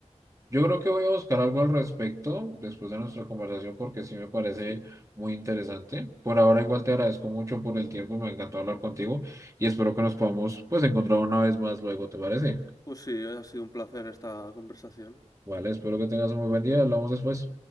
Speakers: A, on the right (about 25°); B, on the left (about 30°).
A: Yo creo que voy a buscar algo al respecto después de nuestra conversación porque sí me parece
B: Sí,
A: muy interesante. Por ahora igual te agradezco mucho por el tiempo, me encantó hablar contigo y espero
B: sí.
A: que nos podamos pues encontrar una vez más luego, ¿te parece?
B: Pues sí, hoy ha sido un placer esta conversación.
A: Vale, espero que tengas un muy buen día. Hablamos después.